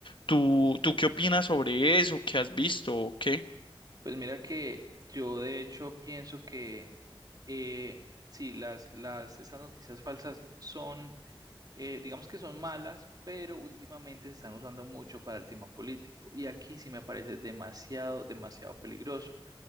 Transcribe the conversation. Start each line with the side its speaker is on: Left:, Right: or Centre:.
Left: ¿Tú, tú qué opinas sobre eso? ¿Qué has visto o qué?
Right: Pues mira que yo de hecho pienso que eh, sí, las, las, esas noticias falsas son, eh, digamos que son malas, pero últimamente se están usando mucho para el tema político. Y aquí sí me parece demasiado, demasiado peligroso